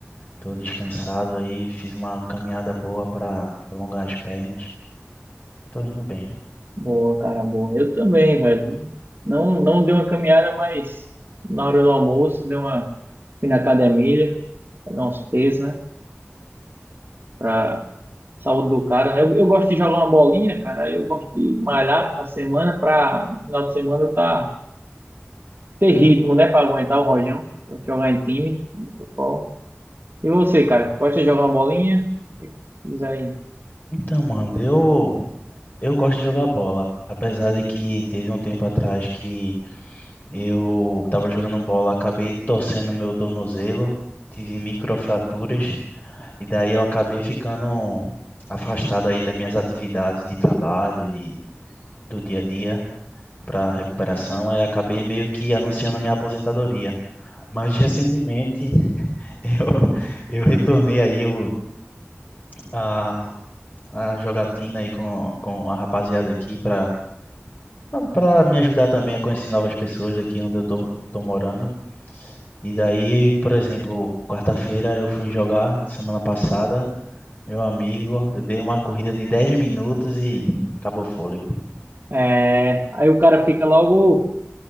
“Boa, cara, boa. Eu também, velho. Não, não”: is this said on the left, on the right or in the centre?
Right